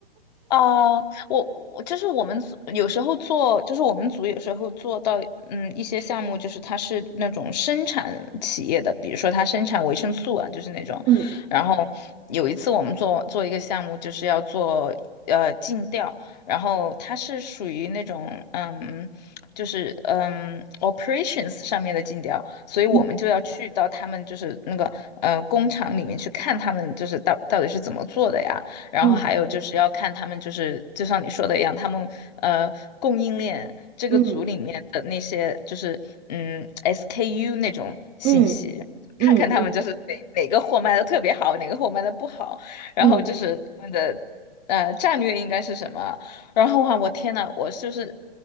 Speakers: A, on the left; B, on the right.
A: 啊，我我就是我们组有时候做，就是我们组有时候做到，嗯，一些项目就是它是那种生产企业的，比如说它生产维生素啊，就是那种。
B: 嗯
A: 然后有一次我们做做一个项目，就是要做呃尽调，然后它是属于那种嗯，就是嗯 operations 上面的尽调，所以我们就要去到他们就是那个呃工厂里面去看他们就是到到底是怎么做的呀。
B: 嗯
A: 然后还有就是要看他们，
B: 嗯
A: 就是就像你说的一样，他们呃供应链这个组里面的那些就是嗯
B: 嗯
A: SKU 那种信息，
B: 嗯嗯嗯
A: 看看他们就是哪哪个货卖的特别好，哪个货卖的不好，然后就是他们的呃战略应该是什么。
B: 嗯
A: 然后啊，我天呐，我就是